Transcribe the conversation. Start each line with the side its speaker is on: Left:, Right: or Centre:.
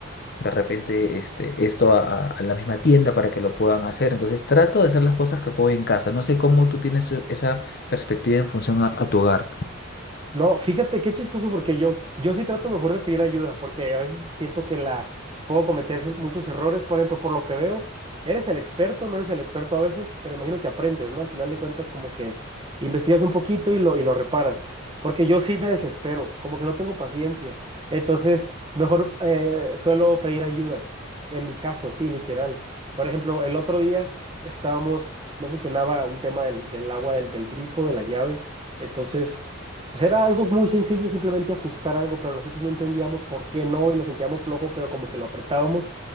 Left: de repente este, esto a, a- a la misma tienda para que lo puedan hacer. Entonces trato de hacer las cosas que puedo en casa. No sé cómo tú tienes e- esa perspectiva en función a, a tu hogar.
Right: No, fíjate qué chistoso porque yo, yo sí trato mejor de pedir ayuda porque a veces siento que la puedo cometer cier- muchos errores, por ejemplo, por lo que veo, eres el experto, no eres el experto a veces, pero imagino que aprendes, ¿no? Al final de cuentas como que investigas un poquito y lo, y lo reparas, porque yo sí me desespero, como que no tengo paciencia, entonces mejor eh, suelo pedir ayuda, en mi caso, sí, literal. Por ejemplo, el otro día estábamos, no funcionaba un tema del, del agua del del grifo, de la llave, entonces... Pues Era algo muy sencillo, simplemente ajustar algo, pero nosotros no entendíamos por qué no y lo sentíamos flojo, pero como que lo apretábamos